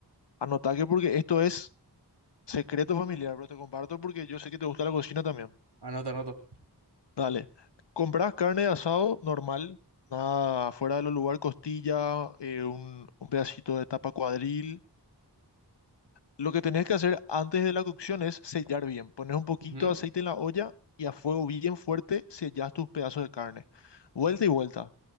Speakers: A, on the left (about 85°); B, on the right (about 70°).
A: anota que porque esto es secreto familiar, pero te comparto porque yo sé que te gusta la cocina también.
B: Anoto, anoto.
A: Dale. Comprás carne de asado normal, nada fuera de los lugar, costilla, eh, un, un pedacito de tapa cuadril Lo que tenés que hacer antes de la cocción es sellar bien. Pones un poquito
B: Ujú.
A: de aceite en la olla y a fuego bien fuerte sellas tus pedazos de carne. Vuelta y vuelta,